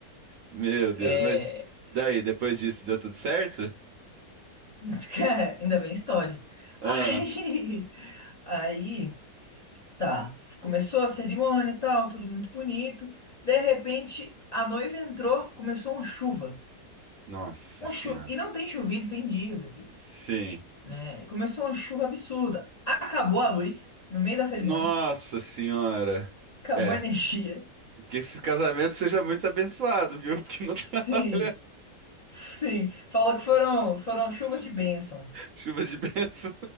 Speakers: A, on the right (about 65°); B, on the left (about 35°).
A: meu Deus.
B: É...
A: Mas daí,
B: s-
A: depois disso, deu tudo certo?
B: <laughs> Cara, ainda bem história.
A: Ah,
B: Aí. Aí. Tá. Começou a cerimônia e tal, tudo muito bonito. De repente, a noiva entrou, começou uma chuva.
A: nossa
B: Uma
A: senhora.
B: chuva. E não tem chovido, tem dias aqui,
A: Sim.
B: né? Começou uma chuva absurda. Acabou a luz no meio da cerimônia.
A: Nossa senhora.
B: Acabou
A: É.
B: a energia.
A: Que esse casamento seja muito abençoado, viu? Porque não
B: <laughs>
A: tá,
B: Sim.
A: <laughs> olha,
B: Sim. Falou que foram, foram chuvas de bênçãos.
A: chuva de bênção.